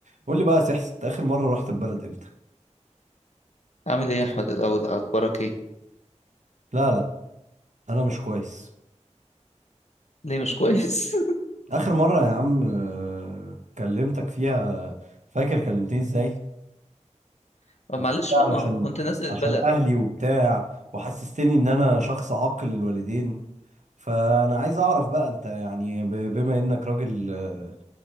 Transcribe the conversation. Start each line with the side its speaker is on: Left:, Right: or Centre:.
Right: قول لي بقى يا سحس انت اخر مره رحت البلد امتى
Left: عامل ايه يا احمد الاول اخبارك ايه
Right: لا لا انا مش كويس
Left: ليه مش كويس
Right: اخر مره يا عم آه، كلمتك فيها فاكر كلمتني ازاي
Left: <laughs> معلش
Right: وكل ده
Left: بقى
Right: علشان
Left: ما كنت نازل البلد
Right: عشان اهلي وبتاع وحسستني ان انا شخص عاق للوالدين فانا عايز اعرف بقى انت يعني ب- بما انك راجل آه،